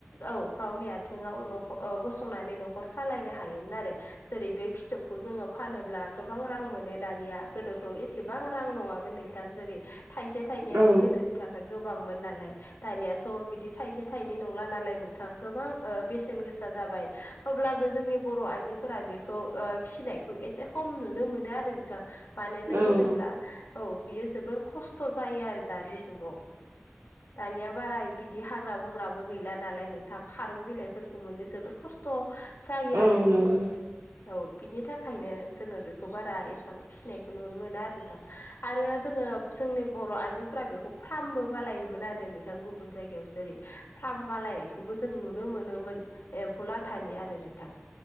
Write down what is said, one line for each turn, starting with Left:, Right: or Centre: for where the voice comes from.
Left: औ गावनि आथिंङाव न गसंनानै न'खर सालायनो हायोमोन आरो। जेरै बे फिथोबखौ जोङो फानोब्ला गोबां रां मोनो दानिया गोदोथ एसेबां रां नङामोन नोंथां जेरै थाइसे थाइनैयानो
Right: औ
Left: गोदोनि थाखाय ओमाय गोबांमोन नालाय दानियाथ बिदि थाइसे थायसे थायनै नंला नालाय नोंथां गोबां बेसेन गोसा जाबाय अब्लाबो जोंनि बर' आइजो फोरा बेखौ फिसिनायखौ एसे खम नुनो मोनो आरो नोंथां मानो
Right: औ
Left: होनोब्ला
Right: नंगौ
Left: औ बियो जोबोर खस्थ जायो आरो दानि जुगाव। दानिया बाराय बिदि हाग्रा बंग्राबो गैला नालाय नोंथां खारुन बिलाइफोरखौ मोननो जोबोर खस्थ जायो आरो
Right: औ नंगौ
Left: औ बिनि थाखायनो जोङो बेखौ बारा एसेबां फिसिनायखौ नुनो मोनो आरो नोंथां आरो जोङो जोंनि बर' आइजोफोरा बेखौ फार्मबो बानायोमोन आरो नोंथां गुबुन जायगायावसो ओरै फार्म बालायनायखौबो जों नुनो मोनोमोन एम्फौलाथानि आरो नोंथां